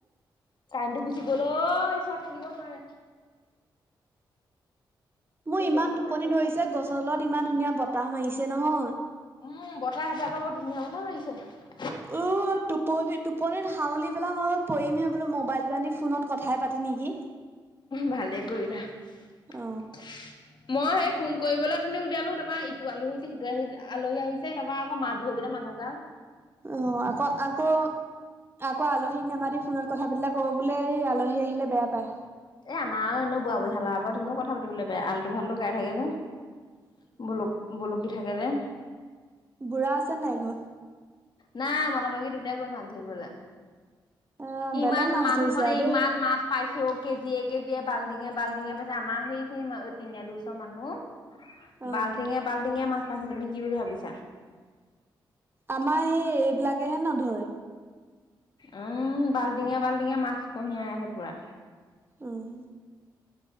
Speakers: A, on the left; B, on the right.
A: কাৰেণ্টো গুচি গল অ ঈশ্বৰ থাকিব নোৱাৰে।
B: মোৰ
A: এই
B: ইমান
A: দমকতে
B: টোপনি
A: বহাই
B: ধৰিছে, গছৰ তলত ইমান ধুনীয়া বতাহ মাৰিছে নহয়।
A: উম বতাহ সেইফালৰ পৰা বৰ ধুনীয়া বতাহ মাৰিছে।
B: উ টোপনি টোপনিত হাউলী পেলাই মই বোলো পৰিমহে বোলো, মোবাইলটো আনি ফোনত কথাই পাতো নেকি।
A: ভালে কৰিলা। মই
B: অ
A: সেই ফোন কৰিবলৈ উঠনি উলিয়ালো, তাৰপৰা ইটো আলহী আহিছে সিটো আহি আলহী আহিছে তাৰপৰা আকৌ মাছ ধৰিবলে মানুহগাল।
B: অ আকৌ আকৌ আকৌ আলহীক নেমাতি ফোনত কথা পাতিলে কব বোলে এই আল- আলহী আহিলে বেয়া পায়।
A: এ আমাৰো আৰু এনেও বুঢ়া বুঢ়ীহালৰ আগত এনেও কথা পাতিবলৈ বেয়া, আলটোফালটো গাই থাকে যে। ব'লক ব'লকি থাকে যে।
B: বুঢ়া আছে নাই ঘৰত?
A: নাই মতা মাইকী দুটাই গল মাছ ধৰিবলে।
B: অ
A: ইমান
B: বেলেগ মাছ
A: মানুহখনে
B: ধৰিছে আৰু দেই
A: ইমান মাছ পাইছ- ছে ঔ কেজিয়ে কেজিয়ে বালটিঙে বালটিঙে পাইছে, আমাৰ সেইখিনি তিনিআলিৰ ওচৰ মানুহ।
B: অ
A: বাল্টিঙে বাল্টিঙে মাছ পাইছে তুমি কি বুলি ভাবিছা?
B: আমাৰ এই এইবিলাকেহে নধৰে।
A: উম বাল্টিঙে বাল্টিঙে মাছ কঢ়িয়াই আছে পোৰা।
B: উম।